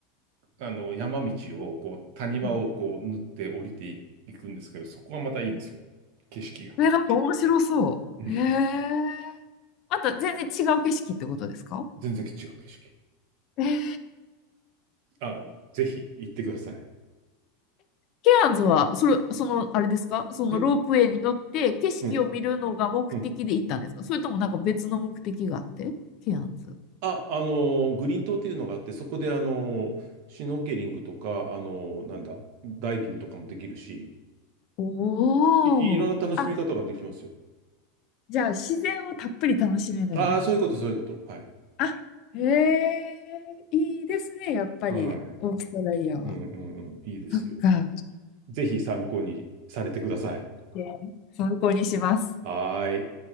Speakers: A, on the right; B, on the left.
A: う、あの、山道を、こう、谷間をこう、
B: うん
A: 縫って降りていいくんですけど、そこがまたいいんですよ。景色が。
B: え、なんか面白そう。
A: うん。
B: へえ。また全然違う景色ってことですか
A: 全然違う景色。
B: えー、
A: あ、ぜひ行ってください。
B: ケアンズは、それ、その、あれですかそのロープウェイに乗って景色を見るのが目的で行ったんですかそれともなんか別の目的があってケアンズ。
A: うんうんうんあ、あのグリーン島っていうのがあって、そこで、あのシュノーケリングとか、あのなんだ、ダイビングとかもできるし、
B: おー。
A: い、いろんな楽しみ方ができますよ。
B: あ、じゃあ自然をたっぷり楽しめるんや。
A: ああ、そういうこと、そういうこと。はい。
B: あ、へえ、いいですね、やっぱり、
A: はい。う
B: オーストラリアは。
A: んうんうん。いいですよ。
B: そっか。
A: ぜひ参考にされてください。
B: で参考にします。
A: はーい。